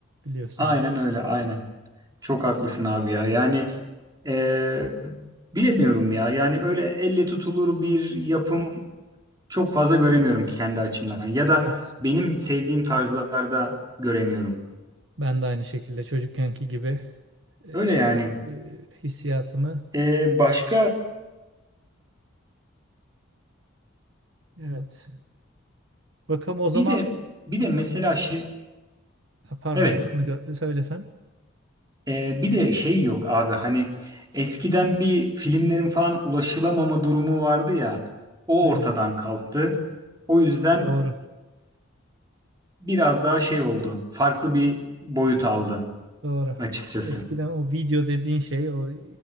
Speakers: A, on the right; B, on the right.
A: biliyorsun
B: Aynen
A: onu.
B: öyle, aynen. Çok haklısın abi ya. Yani eee, bilemiyorum ya. Yani öyle elle tutulur bir yapım çok fazla göremiyorum kendi açımdan. Ya da
A: Evet.
B: benim sevdiğim tarzlarda göremiyorum.
A: Ben de aynı şekilde çocukkenki gibi e,
B: Öyle
A: e,
B: yani.
A: hissiyatımı
B: Eee, başka
A: evet. Bakalım o zaman
B: bir de bir de mesela şey
A: Ha, Pardon,
B: evet
A: lafını gö- söylesen.
B: eee, bir de şey yok abi hani eskiden bir filmlerin falan ulaşılamama durumu vardı ya o
A: Evet,
B: ortadan kalktı. O yüzden
A: doğru,
B: biraz daha şey oldu. Farklı bir boyut aldı
A: doğru.
B: açıkçası.
A: Eskiden o video dediğin şey, o e,